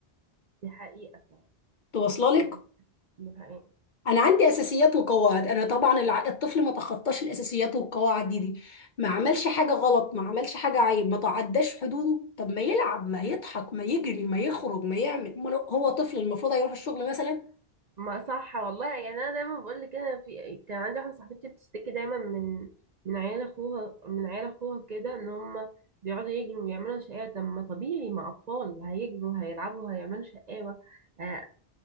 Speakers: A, on the right; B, on the left.
A: دي حقيقة
B: توصل لك
A: فعلا. دي حقيقة
B: انا عندي اساسيات وقواعد انا طبعا الع... الطفل ما تخطاش الاساسيات والقواعد دي دي ما عملش حاجه غلط ما عملش حاجه عيب ما تعداش حدوده طب ما يلعب ما يضحك ما يجري ما يخرج ما يعمل أمال هو طفل المفروض هيروح الشغل مثلا
A: ما صح والله يعني انا دايما بقول لك انا في كان عندي واحدة صاحبتي بتشتكي دايما من من عيال اخوها من عيال اخوها كده ان هم بيقعدوا يجروا ويعملوا شقاوة طب ما طبيعي مع اطفال هيجروا هيلعبوا هيعملوا شقاوة آه،